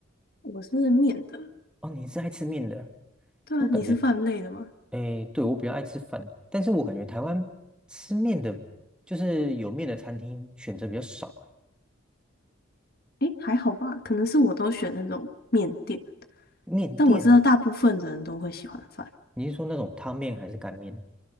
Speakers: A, on the left; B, in the centre.
A: 我是面的，
B: 哦，你是爱吃面的，
A: 对啊，
B: 我感觉
A: 你是饭类的吗？
B: 诶，对，我比较爱吃饭，但是我感觉台湾吃面的，就是有面的餐厅选择比较少。
A: 诶，还好吧，可能是我都选那种面店，
B: 面店，
A: 但我知道大部分的人都会喜欢饭，
B: 你是说那种汤面还是干面呢？